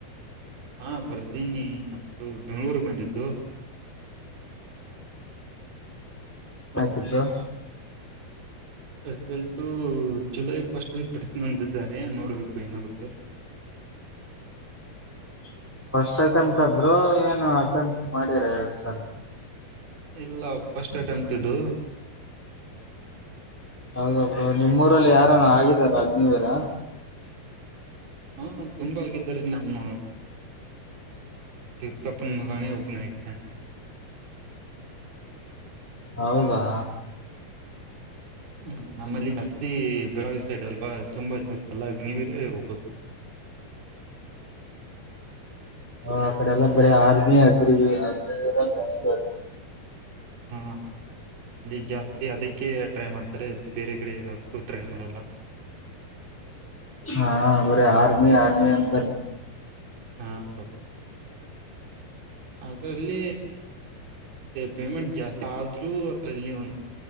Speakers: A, on the right; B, in the centre.
A: ಹಾ ಬರ್ದೀನಿ, ನಮ್ದು ಬೆಂಗಳೂರುಗ್ ಬಂದಿದ್ದು.
B: ಪಾಯತು bro.
A: Result July first week ಬಿಡ್ತ ನಂದಿದ್ದಾರೆ ನೋಡ್ಬೇಕು ಏನಾಗುತ್ತೆ.
B: <unintelligible> ಫಸ್ಟ್ ಅಟೆಂಪ್ಟ್ ಅ ಬ್ರೋ, ಏನು ಅಟೆಂಪ್ಟ್ ಮಾಡಿರ ಎರಡ್ ಸರ?
A: ಇಲ್ಲ ಫಸ್ಟ್ ಅಟೆಂಪ್ಟ್ ಇದು.
B: ಹೌದ ಬ್ರೋ ನಿಮ್ಮ್ ಊರಲ್ಲಿ ಯಾರನ ಆಗಿದಾರ ಅಗ್ನಿವೀರ?
A: ಹಾ ತುಂಬಾ ಆಗಿದಾರೆ ನಮ್ಮ ತಿಕ್ಕಪ್ಪನ್ ಮಗ ನಾಯಕನಿ
B: ಹೌದಾ
A: ಹ್ಮ್ ನಮ್ಮಲ್ಲಿ ಜಾಸ್ತಿ ಬೆಳಗಾವಿ ಸೈಡ್ ಅಲ್ವಾ ತುಂಬಾ ಜಾಸ್ತಿ. ಎಲ್ಲ ನೀವರೆೇ ಹೋಗೋದು
B: ಹ ಆ ಕಡೆ ಎಲ್ಲ ಬರ ಆರ್ಮಿ ಅಗ್ರಿ ಜಾಸ್ತಿ ಆತ.
A: ಹ ಹಾ ಅಲ್ಲಿ ಜಾಸ್ತಿ ಅದಕ್ಕೆ ಟ್ರೈ ಮಾಡ್ತಾರೆ, ಬೇರೆ ಕಡೆ ಯಾವುಕ್ಕೂ ಟ್ರೈ ಮಾಡಲ್ಲ.
B: ಹಾ ಬರೆ ಆರ್ಮಿ ಆರ್ಮಿ ಅಂತ.
A: ಹಾ ಅವ್ರ ಅದ್ರಲ್ಲಿ ಪೇಮೆಂಟ್ ಜಾಸ್ತಿ ಆ ಆದ್ರು ಅದರಲ್ಲಿ ಒ